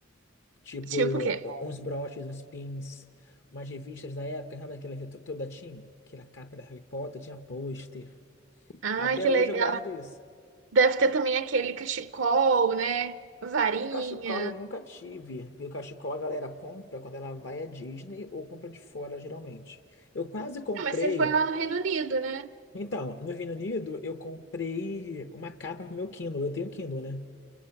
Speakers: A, on the left; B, on the right.
A: Tipo,
B: Tipo
A: o-
B: o quê?
A: uns broches, uns pins, umas revistas da época, sabe aquela revista toda teen? Que era a capa da Harry Potter, tinha pôster.
B: Ai,
A: Até
B: que legal.
A: hoje eu guardo isso.
B: Deve ter também aquele cachecol, né? Varinha.
A: O cachecol eu nunca tive, porque o cachecol a galera compra quando ela vai à Disney ou compra de fora, geralmente. Eu quase comprei.
B: Ah, mas você foi lá no Reino Unido, né?
A: Então, no Reino Unido, eu comprei uma capa pro meu Kindle. Eu tenho Kindle, né?